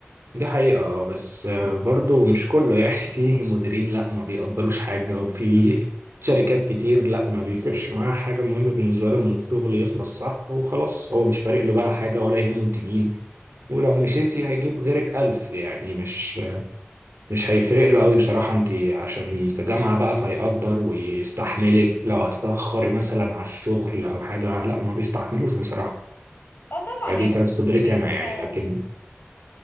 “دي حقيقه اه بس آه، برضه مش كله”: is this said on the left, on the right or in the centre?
Right